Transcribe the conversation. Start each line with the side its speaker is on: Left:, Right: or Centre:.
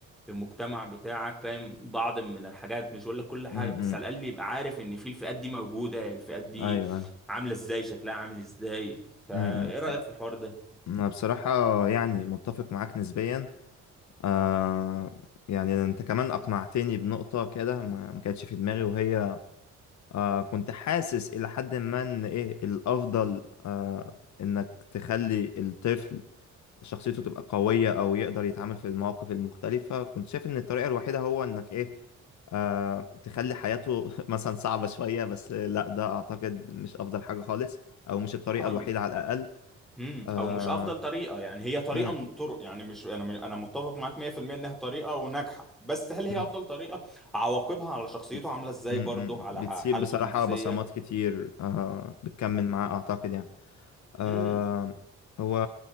Centre: المجتمع بتاعك فاهم بعض من الحاجات مش بقول لك كل حاجه
Left: أمم،
Centre: بس
Left: أمم.
Centre: على الاقل يبقى عارف ان في الفئات دي موجوده الفئات دي
Left: ايوه ايوه
Centre: عامله ازاي شكلها عامل ازاي فايه
Left: أمم،
Centre: رايك
Left: أمم.
Centre: في الحوار ده
Left: انا بصراحة يعني متفق معاك نسبيا آه يعني انت كمان اقنعتني بنقطة كده ما ما كانتش في دماغي وهي آه كنت حاسس الى حد ما ان ايه الافضل آه انك تخلي الطفل شخصيته تبقى قوية أو يقدر يتعامل في المواقف المختلفة كنت شايف إن الطريقة الوحيدة هو إنك إيه آه تخلي حياته <laughs> مثلا صعبة شوية بس لا ده أعتقد مش أفضل حاجة خالص أو مش الطريقة
Centre: خالص
Left: الوحيدة على الأقل
Centre: امم
Left: آه
Centre: او مش افضل طريقه يعني هي طريقه
Left: مم،
Centre: من الطرق يعني مش انا انا متفق معاك 100% انها طريقه وناجحه بس هل هي
Left: مم،
Centre: افضل طريقه عواقبها على شخصيته
Left: بتس-
Centre: عامله ازاي
Left: مم،
Centre: برضه
Left: مم،
Centre: على
Left: بتسيب
Centre: ح- حالته
Left: بصراحة
Centre: النفسيه
Left: بصمات كتير آه بتكمل معاه أعتقد يعني آه
Centre: امم
Left: هو